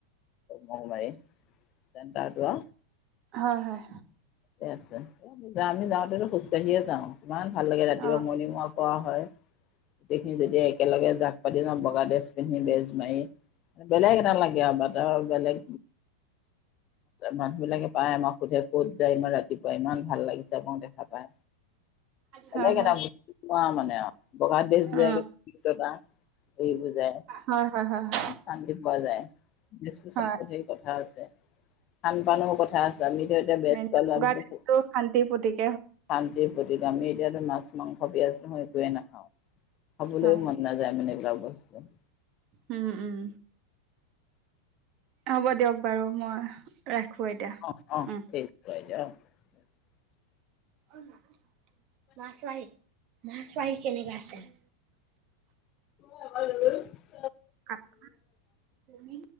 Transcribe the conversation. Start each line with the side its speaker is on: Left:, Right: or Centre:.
Left: মমাৰী চটাৰটোোৱা
Right: হয় হয়
Left: ঠিক আছে আমি যাওঁতেো খোজকাঢ়িয়ে যাওঁ ইমান ভাল লাগে ৰাতিপুৱা
Right: অ
Left: মৰ্ণিং ৱাক কৰা হয় গোটেইখিনি যেতিয়া একেলগে জাক পাতি ন বগা ড্ৰেজ পিন্ধি বেজ মাৰি বেলেগ এটা লাগে আৰু বাটৰ বেলেগ মানুহ বিলাকে পাই আমাক সোধে ক'ত যায় ইমান ৰাতিপুৱা ইমান ভাল লাগিছে যাব দেখা পাই
Right: হয়
Left: বেলেগ
Right: হয়
Left: এটা বস্তু অ মান বগা <unintelligible>
Right: অ
Left: এইটো যে
Right: হয় হয় হয় হয়
Left: শান্তি পোৱা যায়, <unintelligible>
Right: হয়
Left: বুলি কথা আছে। ভাল পালেও, কথা আছে আমিতো এতিয়া বেজ
Right: <unintelligible>
Left: পালো আমিতো
Right: টো শান্তিৰ প্ৰতীক।
Left: শান্তিৰ প্ৰতীক। আমি এতিয়াতো মাছ-মাংস <unintelligible> নহয় টোৱে নাখাওঁ। খাবলৈ
Right: হয়
Left: মন নাযায় মানে তাপাছতে
Right: উম, উম। হ'ব দিয়ক বাৰু মই ৰাখো এতিয়া।
Left: অ অ অ', টেষ্ট <unintelligible>
Right: <unintelligible> মা চোৱাহী, মা চোৱাহী কেনেকে আছে। <inaudible>
Left: <unintelligible>
Right: <unintelligible> তুমি